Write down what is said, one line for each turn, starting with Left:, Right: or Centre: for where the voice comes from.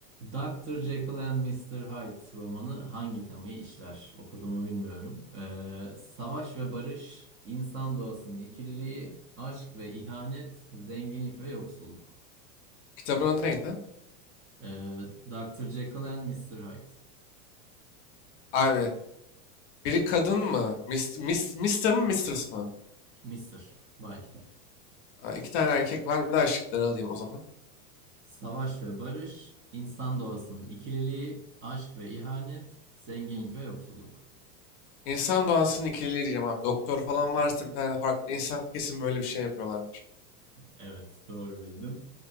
Right: Dr. Jekyll and Mr. Hyde romanı hangi temayı işler? Okuduğumu bilmiyorum. Ee, savaş ve barış, insan doğasının ikililiği, aşk ve ihanet, zenginlik ve yoksulluk.
Left: Kitabın adı neydi?
Right: Ee, Dr. Jekyll and Mr. Hyde.
Left: Abi biri kadın mı? Mis, mis, Mr. mı Mistress mı?
Right: Mr. Bay.
Left: Ha, iki tane erkek var. Bir daha şıkları alayım o zaman.
Right: Savaş ve barış, insan doğasının ikililiği, aşk ve ihanet, zenginlik ve yoksulluk.
Left: İnsan doğasının ikiliği diyeceğim abi. Doktor falan varsa bir tane de farklı insan kesin böyle bir şey yapıyorlardır.
Right: Evet, doğru bildim.